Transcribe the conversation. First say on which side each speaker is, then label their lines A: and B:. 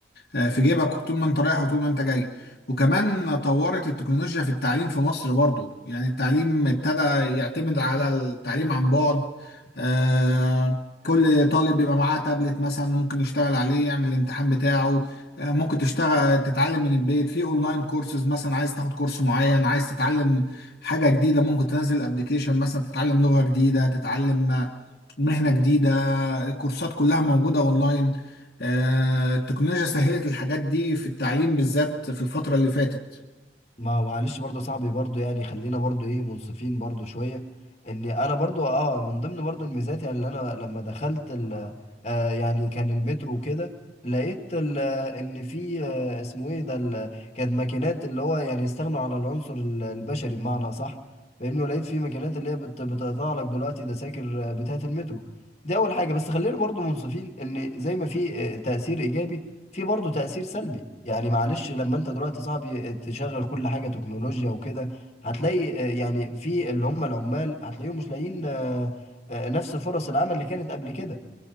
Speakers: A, on the left; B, on the left.
A: آه، في جيبك طول ما انت رايح وطول ما انت جاي وكمان طورت التكنولوجيا في التعليم في مصر برضو يعني التعليم ابتدى يعتمد على التعليم عن بعد آه، كل طالب بيبقى معاه تابلت مثلا ممكن يشتغل عليه يعمل الامتحان بتاعه آه، ممكن تشتغل تتعلم من البيت في اونلاين كورسز مثلا عايز تاخد كورس معين عايز تتعلم حاجة جديدة ممكن تنزل ابلكيشن مثلا تتعلم لغة جديدة تتعلم آه، مهنة جديدة الكورسات كلها موجودة اونلاين آه، التكنولوجيا سهلت الحاجات دي في التعليم بالذات في الفترة اللي فاتت
B: ما معلش برضه يا صاحبي برضه يعني خلينا برضه ايه منصفين برضه شويه ان انا برضه اه من ضمن برضه الميزات يعني اللي انا لما دخلت ال آه يعني كان المترو وكده لقيت ال آه، ان في آه اسمه ايه ده ال- كانت ماكينات اللي هو يعني استغنوا على العنصر ال- البشري بمعنى صح فاهمني ولقيت في ماكينات اللي هي بت- بتقطع لك دلوقتي دساكر آه، بتاعه المترو دي اول حاجه بس خلينا برضه منصفين ان زي ما في آه، تاثير ايجابي في برضه تأثير سلبي يعني معلش لما انت دلوقتي صاحبي تشغل كل حاجة تكنولوجيا وكده هتلاقي آه، يعني في اللي هم العمال هتلاقيهم مش لاقيين آه، آه، نفس فرص العمل اللي كانت قبل كده